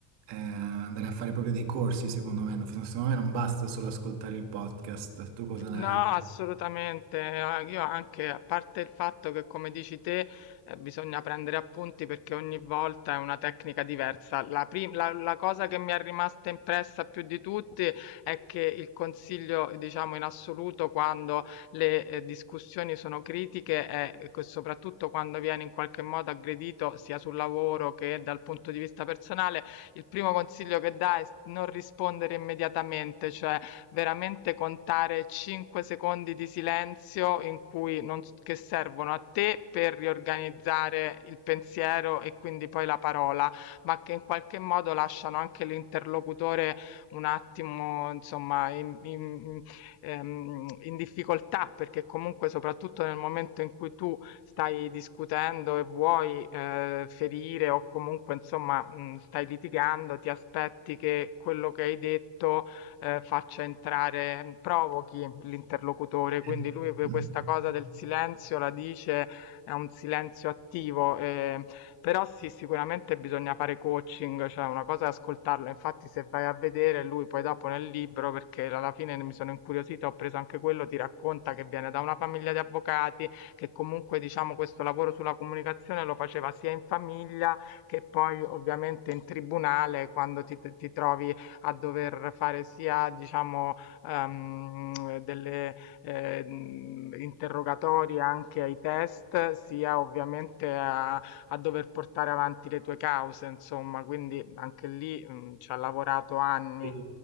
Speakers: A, on the right; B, on the left.
A: eh, andare a fare proprio dei corsi, secondo me. Non- Secondo me non basta solo ascoltare il podcast. Tu cosa ne
B: No, assolutamente. eh, Io anche, a parte il fatto che, come dici te, eh, bisogna prendere appunti perché ogni volta è una tecnica diversa. La, prim- la, la cosa che mi è rimasta impressa più di tutti è che il consiglio, diciamo, in assoluto quando le eh, discussioni sono critiche è che soprattutto quando viene in qualche modo aggredito sia sul lavoro che dal punto di vista personale, il primo consiglio che dà è non rispondere immediatamente, cioè veramente contare 5 secondi di silenzio in cui non s che servono a te per riorganizzare il pensiero e quindi poi la parola, ma che in qualche modo lasciano anche l'interlocutore un attimo, insomma, in, in, ehm, in difficoltà, perché comunque soprattutto nel momento in cui tu stai discutendo e vuoi eh, ferire o comunque, insomma, mh, stai litigando, ti aspetti che quello che hai detto eh, faccia entrare, mm, provochi l'interlocutore. Quindi
A: Eh,
B: lui per
A: no.
B: questa cosa del silenzio la dice, è un silenzio attivo, eh, però sì, sicuramente bisogna fare coaching, cioè una cosa è ascoltarlo. Infatti, se vai a vedere lui poi dopo nel libro, perché alla fine mi sono incuriosita, ho preso anche quello, ti racconta che viene da una famiglia di avvocati, che comunque diciamo questo lavoro sulla comunicazione lo faceva sia in famiglia che poi ovviamente in tribunale quando ti, ti trovi a dover fare sia, diciamo, ehm, delle eh, interrogatori anche ai test, sia ovviamente a, a dover portare avanti le tue cause, insomma, quindi anche lì mh, ci ha lavorato anni.
A: Sì,